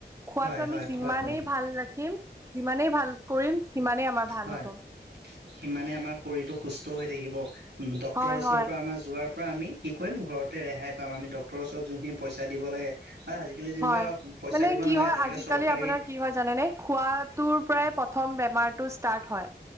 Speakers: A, on the right; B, on the right.
A: খোৱাতটো
B: হয়,
A: আমি
B: হয়,
A: যিমানেই
B: খোৱাটো
A: ভাল ৰাখিম যিমানেই ভাল কৰিম সিমানেই আমাৰ ভাল
B: হয়
A: হ'ব
B: সিমানে আমাৰ শৰীৰটো সুস্থ হৈ থাকিব। ডক্টৰৰ
A: হয়
B: ওচৰৰ
A: হয়
B: পৰা আমাৰ যোৱাৰ পৰা আমি কি কৰিম ঘৰত তে ৰেহাই পাম আমি ডক্তৰ ওচৰত যোনখিন পইচা দিব লাগে বা আজিকালি যেনিবা
A: হয়
B: পইচা
A: মানে
B: দিব
A: কি
B: নালাগে
A: হয়
B: তেনেকে
A: আজিকালি
B: চৰকাৰী
A: আপোনাৰ কি হয় জানে নে খোৱাটোৰ পৰাই প্ৰথম থম বেমাৰটো ষ্টাৰ্ত হয়।